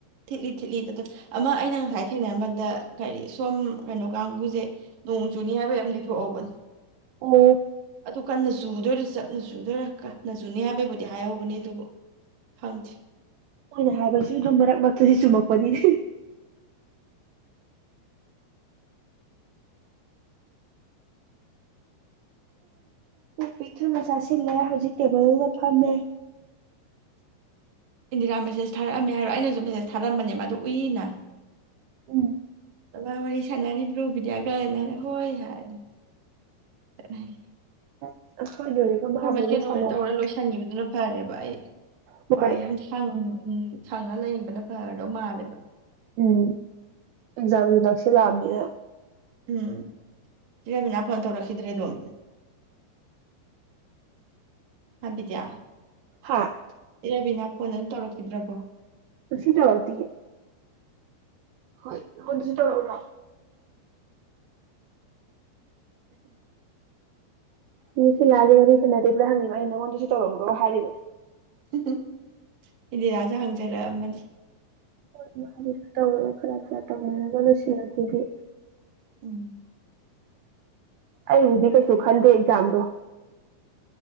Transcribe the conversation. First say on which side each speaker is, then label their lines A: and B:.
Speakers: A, on the right; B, on the right.
A: ꯊꯤꯠꯂꯤ ꯊꯤꯠꯂꯤ ꯑꯃ ꯑꯩꯅ ꯉꯁꯥꯏ ꯊꯦꯡꯅꯝꯕꯗ ꯀꯔꯤ ꯁꯣꯝ ꯀꯩꯅꯣ ꯀꯥꯡꯕꯨꯁꯦ ꯅꯣꯡ ꯆꯨꯅꯤ ꯍꯥꯏꯕꯩ ꯑꯃꯗꯤ ꯊꯣꯛꯍꯧꯕꯅꯤ
B: ꯑꯣ
A: ꯑꯗꯨꯣ ꯀꯟꯅ ꯆꯨꯗꯣꯏꯔꯥ ꯆꯞꯅ ꯆꯨꯗꯣꯏꯔꯥ ꯀꯟꯅ ꯆꯨꯅꯤ ꯍꯥꯏꯕꯩꯕꯨꯗꯤ ꯍꯥꯏꯍꯧꯕꯅꯤ ꯑꯗꯨꯕꯨ ꯈꯪꯗꯦ
B: ꯃꯣꯏꯅ ꯍꯥꯏꯕꯁꯤ ꯑꯗꯨꯝ ꯃꯔꯛ ꯃꯔꯛꯇꯗꯤ ꯆꯨꯝꯃꯛꯄꯅꯤ ꯄꯤꯛꯊꯅ ꯆꯥꯁꯤꯜꯂꯦ ꯍꯧꯖꯤꯛ ꯇꯦꯕꯜꯗꯨꯗ ꯐꯝꯃꯦ
A: ꯏꯟꯗꯤꯔꯥ ꯃꯦꯁꯦꯖ ꯊꯥꯔꯛꯑꯝꯃꯦ ꯍꯥꯏꯔꯣ ꯑꯩꯅꯁꯨ ꯃꯦꯁꯦꯖ ꯊꯥꯔꯛꯑꯝꯕꯅꯦ ꯃꯥ ꯑꯗꯨ ꯎꯏꯅ <inaudible>
B: ꯎꯝ
A: ꯇꯃ ꯋꯥꯔꯤ ꯁꯥꯟꯅꯔꯤꯕ꯭ꯔꯣꯕꯤꯗꯌꯥ ꯀꯥꯏꯅꯔꯦ ꯍꯣꯏ ꯍꯥꯏꯅꯦ <unintelligible>
B: <unintelligible>
A: ꯑꯩꯈꯣꯏ
B: ꯃꯥꯕꯨ
A: ꯃꯁꯦꯟ
B: ꯑꯃꯨꯛ
A: ꯑꯣꯏꯔ
B: ꯁꯥꯟꯅꯕꯤ
A: ꯇꯧꯔꯒ ꯂꯣꯏꯁꯤꯟꯈꯤꯕꯗꯨꯅ ꯐꯔꯦ ꯑꯩ
B: ꯍꯣꯏ
A: ꯋꯥꯏ ꯌꯥꯝ ꯁꯪꯉ ꯎꯝ ꯁꯪꯉ ꯂꯩꯕꯅ ꯐꯔꯗꯧ ꯃꯥꯜꯂꯦꯕ
B: ꯎꯝ ꯑꯦꯛꯖꯥꯝꯁꯨ ꯅꯛꯁꯤꯜꯂꯛꯑꯕꯅꯤꯅ
A: ꯎꯝ ꯁꯤ ꯔꯕꯤꯅꯥ ꯐꯣꯟ ꯇꯧꯔꯛꯈꯤꯗ꯭ꯔꯦ ꯑꯗꯨꯝ ꯍꯥꯏꯕꯤꯗꯤꯌꯥ
B: ꯍꯥꯥ
A: ꯏꯔꯕꯤꯅꯥ ꯐꯣꯟ ꯑꯗꯨꯝ ꯇꯧꯔꯛꯈꯤꯗ꯭ꯔꯕꯣ
B: ꯉꯁꯤ ꯇꯧꯔꯛꯇꯦꯌꯦ ꯍꯣꯏ ꯑꯗꯨꯁꯨ ꯇꯧꯔ꯭ꯔꯣ <inaudible> ꯁꯤ ꯁꯤ ꯂꯥꯒ ꯋꯥꯔꯤꯁꯤ ꯇꯩꯕ꯭ꯔꯥ ꯍꯪꯉꯤꯕ ꯑꯩꯩꯅ ꯅꯉꯣꯟꯗꯁꯨ ꯇꯧꯔꯛꯎꯔꯣ ꯍꯥꯏꯔꯤꯕ
A: ꯎꯝ ꯏꯟꯗꯤ ꯔꯥꯖꯨ ꯍꯪꯖꯔꯛꯑꯝꯕꯅꯤ
B: <unintelligible> ꯈꯔ ꯇꯅꯒꯁꯤꯅꯗꯤ
A: ꯎꯝ
B: ꯑꯩꯕꯨꯗꯤ ꯀꯩꯁꯨ ꯈꯟꯗꯦ ꯑꯦꯛꯖꯥꯝꯗꯣ